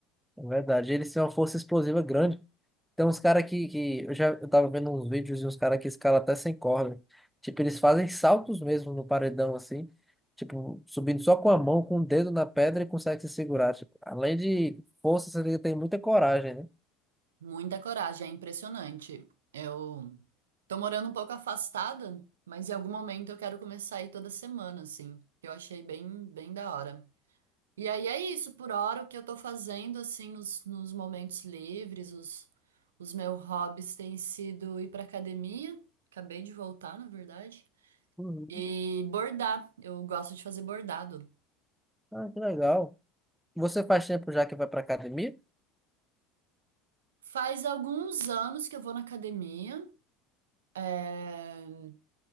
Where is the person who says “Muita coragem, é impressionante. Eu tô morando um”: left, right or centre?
Right